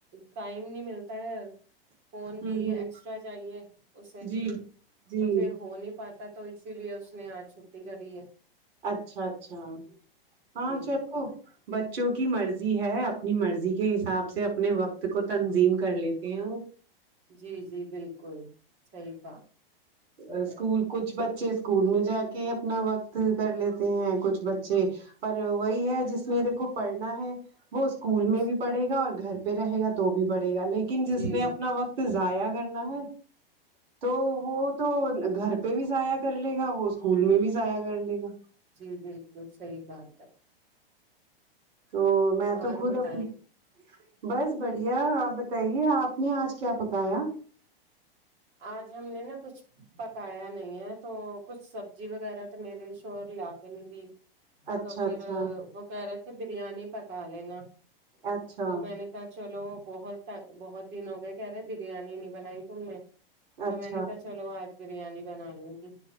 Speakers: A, on the right; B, on the right.
A: ٹائم نہیں ملتا ہے فون
B: ہوں
A: بھی
B: ہوں
A: ایکسٹرا چاہیے اسے
B: جی جی
A: تو پھر ہو نہیں پاتا تو اسی لیے اس نے اج چھٹی کری ہے
B: اچھا اچھا ہاں
A: جی
B: چلو بچوں کی مرضی ہے اپنی مرضی کے حساب سے اپنے وقت کو تنظیم کر لیتے ہیں وہ
A: جی جی بالکل صحیح کھا
B: اسکول کچھ بچے اسکول میں جا کے اپنا وقت کر لیتے ہیں کچھ بچے پر وہی ہے جس نے دیکھو پڑھنا ہے وہ اس اسکول میں
A: اس
B: بھی پڑھے گا گا اور گھر پہ رہے گا تو بھی پڑھے گا لیکن جس
A: جی
B: نے اپنا وقت ضاع کرنا ہے تو وہ تو گھر پہ بھی ضائع کر لے گا وہ اسکول میں بھی ضائع کر لے گا
A: جی بالکل صحیح بات ہے
B: تو میں تو
A: اور
B: خود
A: بتائیں
B: اپنی بس بڑھیا آپ بتائیے آپ نے آج کیا پکایا
A: آج ہم نے نا کچھ پکایا نہیں ہے تو کچھ سبزی وغیرہ تو میرے شوہر لا کے نہیں دی
B: اچھا
A: تو پھر
B: اچھا
A: وہ کہرہے تھے بریانی پکا لینا
B: اچھا
A: تو میں نے کہا چلو بہت بہت دن ہو گئے کہہ رہے ہیں بریانی نہیں بنائی تم نے تو
B: اچھا
A: میں نے کہا چلو آج بریانی بنا لوں گی